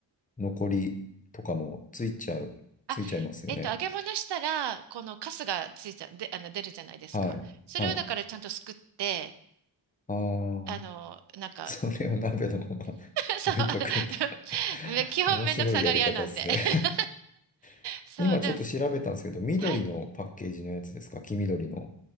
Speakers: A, on the left (about 20°); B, on the right (about 65°).
A: 残りとかもついちゃう、
B: あ、
A: ついちゃいますよね。
B: えっと、揚げ物したら、このカスがついちゃ、で、あの、出るじゃないですか。
A: はい。
B: それをだからちゃんとすくって、
A: はい。ああ。
B: あの、なんか、
A: <laughs> それを鍋のまま <laughs>
B: <laughs> そう、
A: 置いとくんだ
B: <laughs>
A: <laughs>
B: め基本めんどくさがり屋なんで。
A: 面白いやり方ですね
B: <laughs>
A: <laughs>
B: そう、
A: 今ちょっと調べたんですけど、
B: でも、
A: 緑のパッケージのやつですか黄緑の。
B: はい。